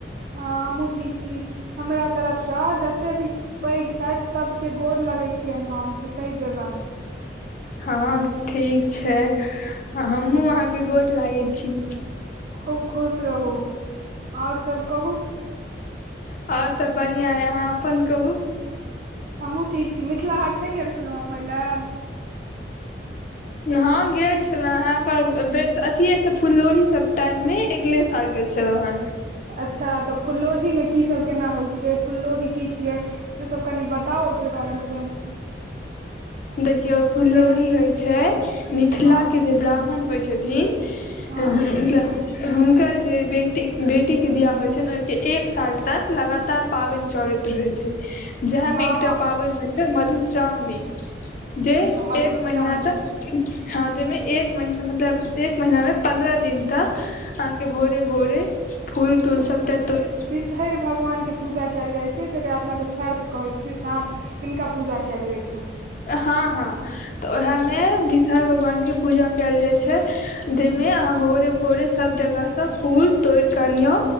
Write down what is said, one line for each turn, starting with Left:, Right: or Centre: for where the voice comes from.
Right: हँ हमहू ठीक छी हमरा तरफसँ जतेक भी पैघ छैथ सबके गोर लगै छियेनि हम से कहि देबैन।
Left: हँ ठीक छै हमहु अहाँके गोर लागै छी।
Right: खूब खुश रहू आओर सब कहू।
Left: आओर सब बढ़िआं अय अहाँ अपन कहू
Right: हमहू ठीक छी मिथिला हाट नै गेल छलौं हँ घुमै लए
Left: हँं गेल छलौ हें पर बेर अथी स फुलोही सब टाइम मे अगले साल गेल छलौ हेँ
Right: अच्छा तऽ फुल्लौढ़ी मे की सब केना होइ छियै फुल्लोढ़ी की छियै। से सब कनि बताउ ओईके बारेमे जन
Left: देखियौ फुललोढ़ी
Right: जेना
Left: होइ छैय मिथिलाके
Right: हँ
Left: जे ब्राह्मण होइ छथिन
Right: हँ
Left: <unintelligible> हुनकर जे बेटी बेटी के बियाह होय छनि ओहिके एक साल तक लगातार पाबनि चलैत रहइत छैय जएहमे
Right: हँ
Left: एकटा
Right: हँ
Left: पाबनि होइ छैय मधुश्रावणी। जे
Right: हँ मधुश्रावणी
Left: एक महीना तक हँ जाहिमे एक महीना मतलब एक महिना मे पन्द्रह दिन तक अहांके भोरे भोरे फूल तूल सबटा तोड़
Right: छहैर भगवानके पूजा कयल जाय छैय जेकरा अपना सब सर्प कहय साँप तिनका पूजा कयल जाइ छनि।
Left: हँ हँ तऽ ओएहमे विषहर भगवानके पूजा कयल जाइत छैय जाहिमे अहाँ भोरे भोड़े सभ जगहसँ फूल तोड़ि कऽ अनियौ